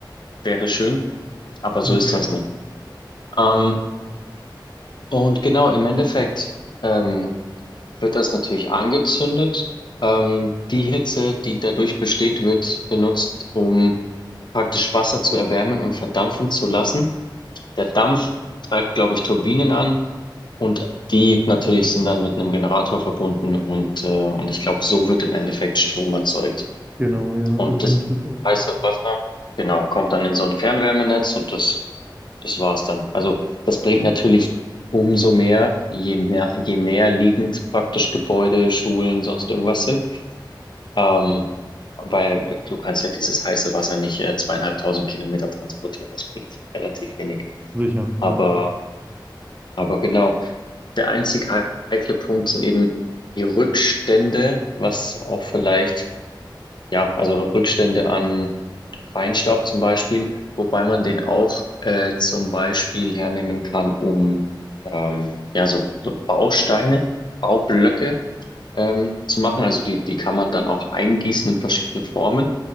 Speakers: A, on the left; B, on the right.
A: wäre schön, aber so
B: Ja.
A: ist das nicht. Ähm, und genau, im Endeffekt ähm, wird das natürlich angezündet. Ähm, die Hitze, die dadurch besteht, wird benutzt, um praktisch Wasser zu erwärmen und verdampfen zu lassen. Der Dampf treibt, glaube ich, Turbinen an. Und die natürlich sind dann mit einem Generator verbunden und, äh, und ich glaube, so wird im Endeffekt Strom erzeugt.
B: Genau, ja,
A: Und
B: so kenne
A: das
B: ich das auch.
A: heiße Wasser, genau, kommt dann in so ein Fernwärmenetz und das, das war's dann. Also das bringt natürlich umso mehr, je näher, je näher liegend praktisch Gebäude, Schulen, sonst irgendwas sind. Ähm, weil du kannst ja dieses heiße Wasser nicht äh, zweieinhalbtausend Kilometer transportieren. Das bringt relativ wenig.
B: Sicher, ja.
A: Aber, aber genau. Der einzige heikle Punkt sind eben die Rückstände, was auch vielleicht, ja, also Rückstände an Feinstaub zum Beispiel, wobei man den auch äh, zum Beispiel hernehmen kann, um ähm, ja, so, so Bausteine, Baublöcke ähm, zu machen. Also die, die kann man dann auch eingießen in verschiedene Formen.